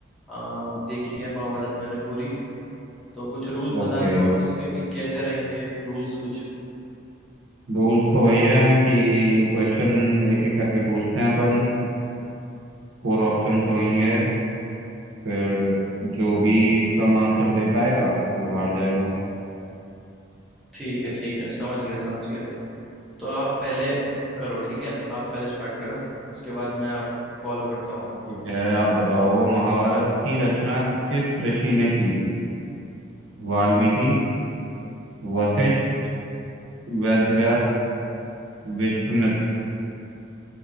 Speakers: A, in the centre; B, on the right.
A: आ, देखी है महाभारत मैंने पूरी तो कुछ रूल्स बता
B: ओके
A: दो आप इसके कि कैसे रहेंगे रूल्स कुछ
B: रूल्स तो वही है कि क्वेश्चन एक एक करके पूछते हैं अपन फोर ऑप्शंस होंगे फिर जो भी कम आंसर दे पाएगा वो हार जाएगा
A: ठीक है ठीक है समझ गया समझ गया तो आप पहले करो ठीक है आप पहले स्टार्ट करो उसके बाद मैं आप फॉलो करता हूँ आपको
B: ठीक है आप बताओ महाभारत की रचना किस ऋषि ने की थी वाल्मीकि वशिष्ठ वेदव्यास विश्वामित्र